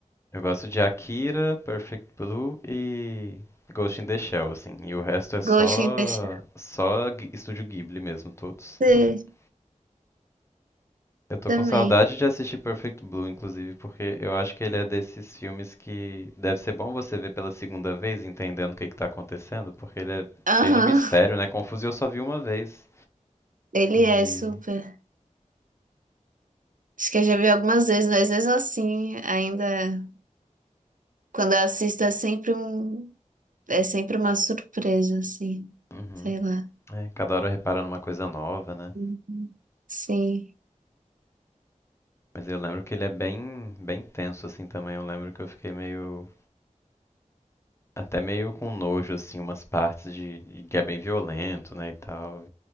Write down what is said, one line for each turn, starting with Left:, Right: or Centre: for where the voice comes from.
Left: Eu gosto de Akira, Perfect Blue e Ghost in the Shell, assim. E o resto é só.
Right: Ghost in the Shell
Left: Só Ghi- Estúdio Ghibli mesmo, todos.
Right: Sim,
Left: <laughs> Eu tô
Right: também.
Left: com saudade de assistir Perfect Blue, inclusive, porque eu acho que ele é desses filmes que deve ser bom você ver pela segunda vez, entendendo o que que tá acontecendo, porque ele é
Right: Aham,
Left: cheio de mistério, né? Confuso e eu só vi uma vez.
Right: ele
Left: E.
Right: é super. Acho que eu já vi algumas vezes, mas mesmo assim, ainda quando eu assisto é sempre um, é sempre uma surpresa, assim.
Left: Uhum.
Right: Sei lá.
Left: É, cada hora reparando uma coisa nova, né?
Right: Uhum. Sim,
Left: Mas eu lembro que ele é bem, bem tenso, assim, também. Eu lembro que eu fiquei meio. Até meio com nojo, assim, umas partes de, que é bem violento, né, e tal.